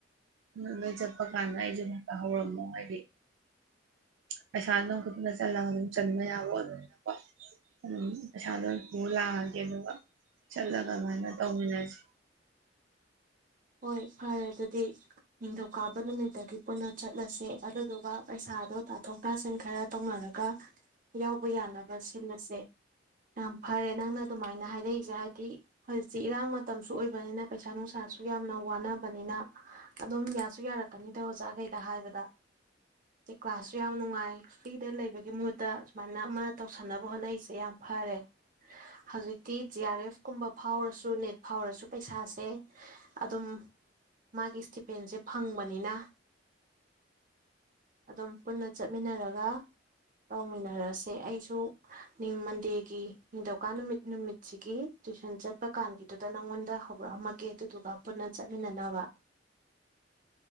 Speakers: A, on the right; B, on the right.
A: ꯑꯗꯨ ꯂꯣꯏ ꯆꯠꯄ ꯀꯥꯟꯗ ꯑꯩꯁꯨ ꯉꯥꯛꯇ ꯍꯧꯔꯝꯃꯣ ꯍꯥꯏꯗꯤ ꯄꯩꯁꯥ ꯑꯗꯨꯈꯛꯇꯅ ꯆꯠꯂꯒ ꯑꯗꯨꯝ ꯆꯟꯕ ꯌꯥꯕꯥ ꯑꯣꯏꯕꯅꯤꯅꯀꯣ ꯑꯗꯨꯝ ꯄꯩꯁꯥꯗꯣ ꯄꯨꯔ ꯂꯥꯛꯑꯒꯦ ꯑꯗꯨꯒ ꯆꯠꯂꯒ ꯑꯗꯨꯃꯥꯏꯅ ꯇꯧꯃꯤꯟꯅꯁꯤ
B: ꯍꯣꯏ ꯐꯔꯦ ꯑꯗꯨꯗꯤ ꯅꯤꯡꯊꯧꯀꯥꯕ ꯅꯨꯃꯤꯠꯇꯒꯤ ꯄꯨꯟꯅ ꯆꯠꯂꯁꯦ ꯑꯗꯨꯗꯨꯒ ꯄꯩꯁꯥꯗꯣ ꯇꯥꯊꯣꯛ ꯇꯥꯁꯤꯟ ꯈꯔ ꯇꯧꯅꯔꯒ ꯌꯥꯎꯕ ꯌꯥꯅꯕ ꯁꯤꯜꯂꯁꯦ ꯌꯥꯝ ꯐꯔꯦ ꯅꯪꯅ ꯑꯗꯨꯃꯥꯏꯅ ꯍꯥꯏꯔꯛꯏꯁꯦ ꯍꯥꯏꯗꯤ ꯍꯧꯖꯤꯛꯇꯤ ꯏꯔꯥꯡ ꯃꯇꯝꯁꯨ ꯑꯣꯏꯕꯅꯤꯅ ꯄꯩꯁꯥ ꯅꯨꯡꯁꯥꯁꯨ ꯌꯥꯝꯅ ꯋꯥꯅꯕꯅꯤꯅ ꯑꯗꯨꯝ ꯌꯥꯁꯨ ꯌꯥꯔꯛꯀꯅꯤꯗ ꯑꯣꯖꯥꯈꯩꯗ ꯍꯥꯏꯕꯗ ꯁꯤ ꯀ꯭ꯂꯥꯁꯁꯨ ꯌꯥꯝ ꯅꯨꯡꯉꯥꯏ ꯐ꯭ꯔꯤꯗ ꯂꯩꯕꯒꯤ ꯃꯨꯠꯇ ꯁꯨꯃꯥꯏꯅ ꯑꯃ ꯇꯧꯁꯟꯅꯕ ꯍꯣꯠꯅꯔꯤꯁꯦ ꯌꯥꯝ ꯐꯔꯦ ꯍꯧꯖꯤꯛꯇꯤ ꯖꯤ ꯑꯥꯔ ꯑꯦꯐ ꯀꯨꯝꯕ ꯐꯥꯎꯔꯁꯨ ꯅꯦꯠ ꯐꯥꯎꯔꯁꯨ ꯄꯩꯁꯥꯁꯦ ꯑꯗꯨꯝ ꯃꯥꯒꯤ ꯏꯁꯇꯤꯄꯦꯟꯁꯦ ꯐꯪꯕꯅꯤꯅ ꯑꯗꯨꯝ ꯄꯨꯟꯅ ꯆꯠꯃꯤꯟꯅꯔꯒ ꯇꯧꯃꯤꯟꯅꯔꯁꯦ ꯑꯩꯁꯨ ꯃꯤ ꯃꯟꯗꯦꯒꯤ ꯅꯤꯡꯊꯧꯀꯥ ꯅꯨꯃꯤꯠ ꯅꯨꯃꯤꯠꯁꯤꯒꯤ ꯇꯨꯏꯁꯟ ꯆꯠꯄ ꯀꯥꯟꯒꯤꯗꯨꯗ ꯅꯪꯉꯣꯟꯗ ꯍꯧꯔꯛꯑꯝꯃꯒꯦ ꯑꯗꯨꯗꯨꯒ ꯄꯨꯟꯅ ꯆꯠꯃꯤꯟꯅꯅꯕ